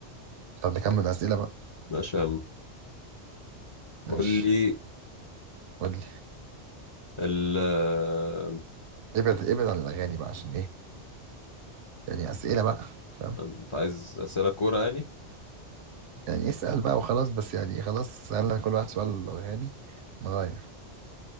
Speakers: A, on the right (about 85°); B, on the left (about 40°).
A: طب نكمل اسئلة بقى
B: عشان
A: ماشي
B: قول لي
A: قول
B: ال آه،
A: ابعد ابعد عن الاغاني بقى عشان ايه يعني اسئله بقى فاهم
B: انت عايز أسئلة كورة يعني
A: يعني اسال بقى وخلاص بس يعني خلاص سالنا كل واحد سؤال عن الاغاني نغير